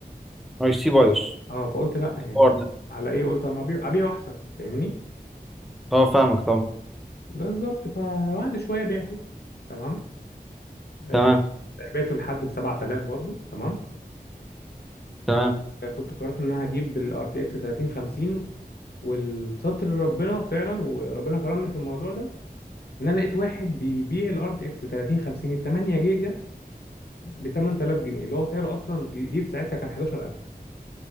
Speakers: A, in the centre; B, on the left.
A: اي سي بايوس
B: اه فقلت لا يعني
A: الحوار ده
B: على ايه قلت اما ابيع ابيع احسن فاهمني
A: اه فاهمك طبعا
B: بالظبط فبعد شوية بعته تمام آه
A: تمام
B: بعته لحد ب 7000 برضو تمام
A: تمام
B: وكنت قررت ان انا هجيب الار تي اكس 3050 والستر ربنا فعلا وربنا كرمني في الموضوع ده ان انا لقيت واحد بيبيع الار تي اكس 3050 ال 8 جيجا ب 8000 جنيه اللي هو سعره اصلا جديد ساعتها كان 11000